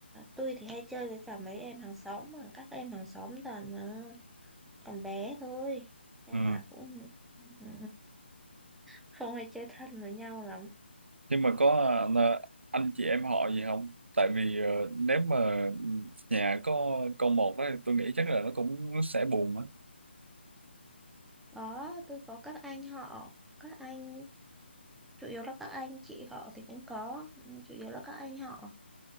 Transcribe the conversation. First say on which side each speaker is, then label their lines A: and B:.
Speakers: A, in the centre; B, on the right.
A: tôi thì hay chơi với cả mấy em hàng xóm mà các em hàng xóm toàn ờ, còn bé thôi, nên
B: ừ
A: là cũng ừ, không hay chơi thân với nhau lắm.
B: nhưng mà có ờ, anh chị em họ gì không tại vì ờ, nếu mà nhà có con một ấy, tôi nghĩ chắc là nó cũng sẽ buồn á
A: Có, tôi có các anh họ, các anh chủ yếu là các anh chị họ thì cũng có, nhưng chủ yếu là các anh họ